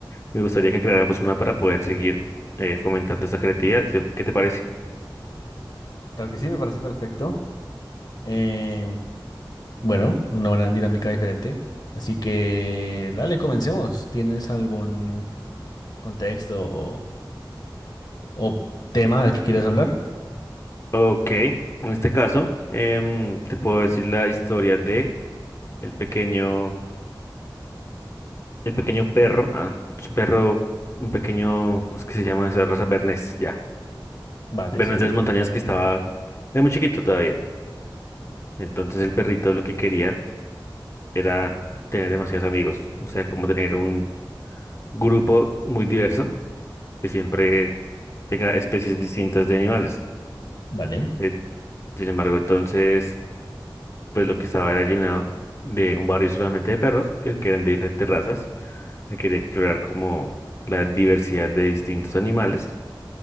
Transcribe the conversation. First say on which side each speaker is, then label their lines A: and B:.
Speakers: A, on the left; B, on the left.
A: Me gustaría que creáramos una para poder seguir eh, fomentando esta creatividad. ¿Te- ¿Qué te parece?
B: Claro que sí, me parece perfecto. Em, bueno, una buena dinámica diferente. Así que, dale, comencemos. ¿Tienes algún contexto o, o tema del que quieras hablar?
A: Ok, en este caso, em, te puedo decir la historia de el pequeño, el pequeño perro, ah, es un perro, un pequeño, ¿cómo es que se llama esa raza? Bernés, ya.
B: Vale,
A: Bernés
B: sí.
A: de las Montañas que estaba, era muy chiquito todavía. Entonces el perrito lo que quería era tener demasiados amigos, o sea, como tener un grupo muy diverso que siempre tenga especies distintas de animales.
B: Vale,
A: Eh, sin embargo, entonces, pues lo que estaba era llenado de un barrio solamente de perros, que, que eran de diferentes razas. Él quería explorar como la diversidad de distintos animales